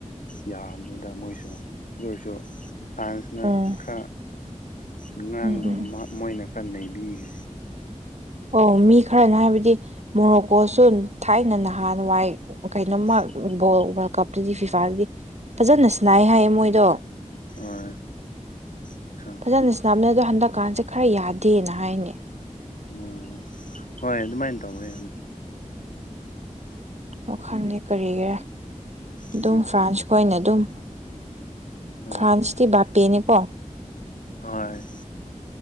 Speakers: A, on the left (about 85°); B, on the right (about 60°).
A: ꯌꯥꯝꯕꯅꯤꯗ ꯃꯣꯏꯁꯨ ꯑꯗꯨ ꯑꯣꯏꯔꯁꯨ ꯐ꯭ꯔꯥꯟꯁꯅ
B: ꯎꯝ
A: ꯈꯔ ꯑꯉꯥꯡꯗꯣ
B: ꯎꯝ ꯎꯝ
A: ꯃ ꯃꯣꯏꯅ ꯈꯔ ꯅꯩꯕꯤꯈ꯭ꯔꯦ꯫
B: ꯑꯣ ꯃꯤ ꯈꯔꯅ ꯍꯥꯏꯕꯗꯤ ꯃꯣꯔꯣꯀꯣꯁꯨ ꯊꯥꯏꯅ ꯅꯍꯥꯟ ꯋꯥꯏ ꯀꯩꯅꯣꯝꯃ
A: ꯎꯝ
B: ꯕꯣꯜ ꯋꯥꯔꯜ ꯀꯞꯇꯨꯗꯤ ꯐꯤꯐꯥꯗꯗꯤ ꯐꯖꯅ ꯁ꯭ꯅꯥꯏ ꯍꯥꯏꯌꯦ ꯃꯣꯏꯗꯣ꯫
A: ꯍꯣꯏ꯫ ꯑꯆꯥ
B: ꯐꯖꯅ ꯁꯅꯕꯅꯦ ꯑꯗꯣ ꯍꯟꯗꯛꯀꯥꯟꯁꯦ ꯈꯔ ꯌꯥꯗꯦꯅ ꯍꯥꯏꯅꯦ꯫
A: ꯑꯣ ꯍꯣꯏ ꯑꯗꯨꯃꯥꯏꯅ ꯇꯧꯋꯦ꯫
B: ꯑꫭ ꯈꯪꯗꯦ ꯀꯔꯤꯒꯤꯔ ꯑꯗꯨꯝ
A: ꯎꯝ
B: ꯐ꯭ꯔꯥꯟꯁꯈꯣꯏꯅ ꯑꯗꯨꯝ
A: ꯍꯣꯏ
B: ꯐ꯭ꯔꯥꯟꯁꯇꯤ ꯕꯥꯄꯦꯅꯤꯀꯣ꯫
A: ꯍꯣꯏ꯫